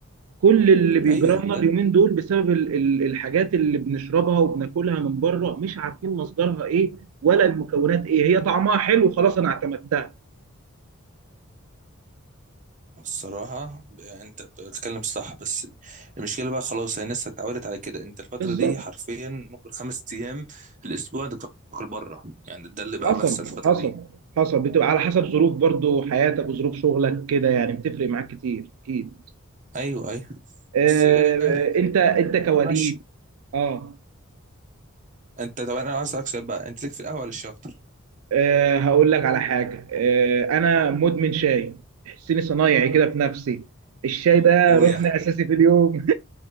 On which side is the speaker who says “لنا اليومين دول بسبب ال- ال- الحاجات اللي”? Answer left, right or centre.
Right